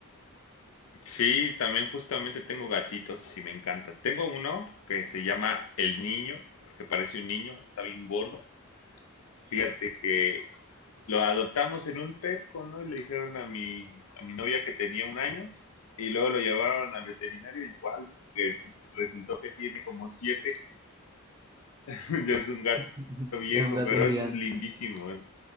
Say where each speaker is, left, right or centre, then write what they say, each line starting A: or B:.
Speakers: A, on the left; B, on the right.
A: Sí, también justamente tengo gatitos y me encantan. Tengo uno que se llama El Niño, porque parece un niño, está bien gordo. Fíjate que lo adoptamos en un Petco, ¿no? Y le dijeron a mi, a mi novia que tenía un año y luego lo llevaron al veterinario igual, que sí, resultó que tiene como siete. <laughs> Ya es un gato
B: <laughs>
A: viejo,
B: Es un gato
A: pero
B: gigante.
A: es lindísimo.